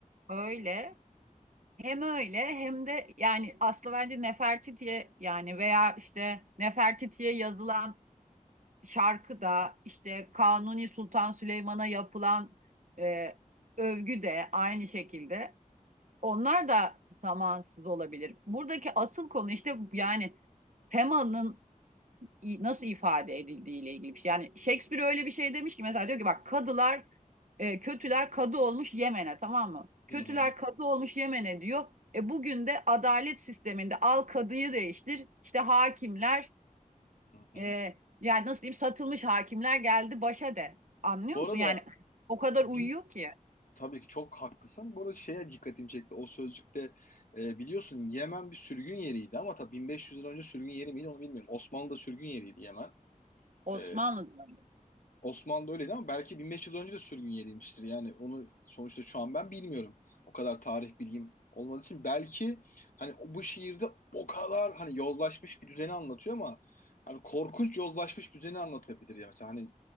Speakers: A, on the right (about 60°); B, on the left (about 70°).
A: öyle. Hem öyle hem de yani aslı bence Nefertiti'ye yani veya işte Nefertiti'ye yazılan şarkı da işte Kanuni Sultan Süleyman'a yapılan e, övgü de aynı şekilde. Onlar da zamansız olabilir. Buradaki asıl konu işte yani temanın nasıl ifade edildiği ile ilgili bir şey. Yani Shakespeare öyle bir şey demiş ki mesela diyor ki bak kadılar e, kötüler kadı olmuş Yemen'e tamam mı?
B: Hı
A: Kötüler
B: hı,
A: kadı olmuş Yemen'e diyor. E bugün de adalet sisteminde al kadıyı değiştir. İşte hakimler
B: hı hı.
A: e, yani nasıl diyeyim satılmış hakimler geldi başa de. Anlıyor
B: Bu
A: musun?
B: arada
A: Yani o kadar
B: Bir
A: uyuyor ki
B: tabii ki çok haklısın. Bu arada şeye dikkatimi çekti. O sözcükte e, biliyorsun Yemen bir sürgün yeriydi ama tabii 1500 yıl önce sürgün yeri miydi onu bilmiyorum. Osmanlı'da sürgün yeriydi Yemen.
A: Osmanlı'da.
B: E, Osmanlı öyleydi ama belki 1500 yıl önce de sürgün yeriymiştir. Yani onu sonuçta şu an ben bilmiyorum. O kadar tarih bilgim olmadığı için belki hani o- bu şiirde o kadar hani yozlaşmış bir düzeni anlatıyor ama hani korkunç yozlaşmış bir düzeni anlatabilir ya. Mesela hani